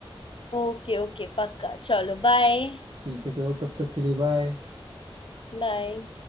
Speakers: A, on the left; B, on the right.
A: ओके ओके पक्का चलो बाय
B: ठीक है चलो तब तक के लिए बाय
A: बाय